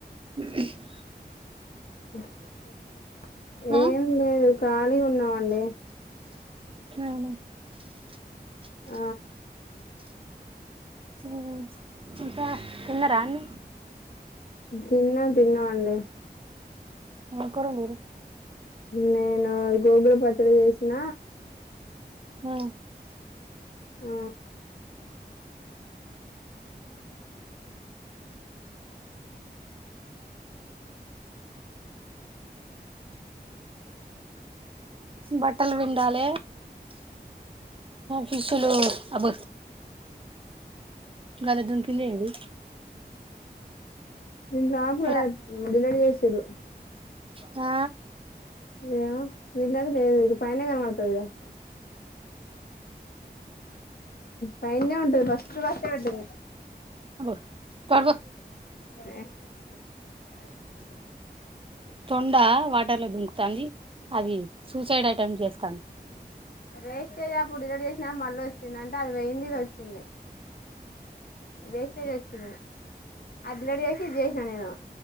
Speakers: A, on the right; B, on the left.
A: <unintelligible>
B: <inaudible>
A: ఆ
B: ఏం లేదు ఖాళీ ఉన్నామండి
A: అవునా
B: ఆ
A: <unintelligible> ఇకా తిన్నరా అన్న
B: తిన్నా తిన్నా అండి
A: మనకురండరు <unintelligible>
B: నేను గోగులు పచ్చడి చేసిన
A: హ
B: ఆ
A: బట్టలు పిండాల ఫిసులు అబ గల దన్ దూకిడే ఇవి
B: ఇంపు
A: ఎలా
B: డిలేీ చేసి <unintelligible> శరుూ <unintelligible>
A: ఆ
B: ఏ ఇల్ లేదు ఇది పైన కనబడుతుంది కదా పైన్ ఉంట ఫస్ట్ ప పెటి
A: అబ్బో తోడుపో
B: అ <unintelligible>
A: తొండ వాటర్లో దుంకు ంది అది సూసైడ్టం చప్ చెతా <unintelligible>
B: వేస్టేజ్ అప్పుడు డిలట్ చేసినా మళ్ళీ వచ్చింది అంటే అది వెయ్యడిది వచ్చింది వేస్టేజ్ వచ్చింది అది డిలట్ చేసి ఇది చేసినా నేను